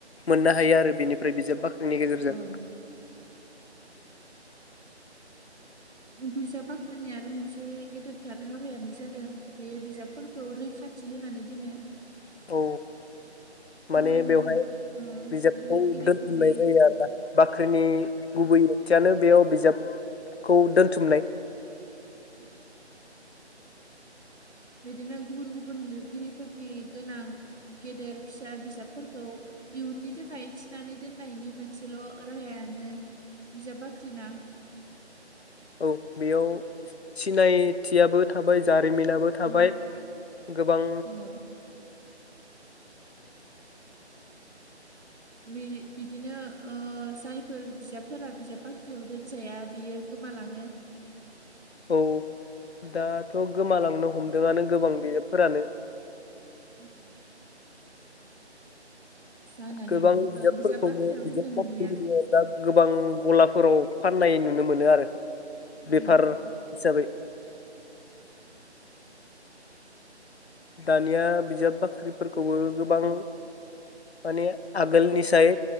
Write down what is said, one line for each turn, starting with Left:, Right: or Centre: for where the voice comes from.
Left: मोननो हायो आरो बिनिफ्राय बिजाब बा नि गेजेरजों
Right: औ बिजाब बाख्रिनि आरो मोनसे गेदेरथार हाबायानो जादों बे बिजाबफोरखौ रैखाथि होनानै दोनो
Left: औ माने
Right: गुबुन गुबुन
Left: बेवहाय
Right: ओ
Left: बिजाबखौ
Right: लिरगिरिफोरनि
Left: दोनथुमनाय जायो आरोना बाख्रिनि गुबै ओंथियानो बेयाव बिजाबखौ दोनथुमनाय
Right: उम बिदिनो गुबुन गुबुन लिरगिरिफोरनि गोनां गेदेर फिसा बिजाबफोरखौ इयुननि थाखाय थिनानै दोननायनि मोनसेल' राहायानो बिजाब बाख ख्रिना
Left: औ बेयाव सिनायथियाबो थाबाय जा रिमिनाबो थाबाय
Right: ओ
Left: गोबां
Right: ओ बि-बिदिनो ओ जायफोर बिजाबफोरा बिजाब बाख्रियाव दोनजाया बियो गोमालाङो
Left: औ दाथ' गोमालांनो हमदोंआनो गोबां बिजाबफोरानो
Right: ओम जाहोनानो
Left: गोबां
Right: बि
Left: बिजाबफोरखौनो
Right: ओ बिजाब बाख्रियाव
Left: बिजाब
Right: दोननो
Left: बाख्रिनि
Right: मोनिया
Left: अनगा गोबां गलाफोराव फाननाय नुनो मोनो आरो
Right: उम
Left: बेफार हिसाबै दानिया बिजाब बाख्रिफोरखौबो गोबां माने आगोलनिसाय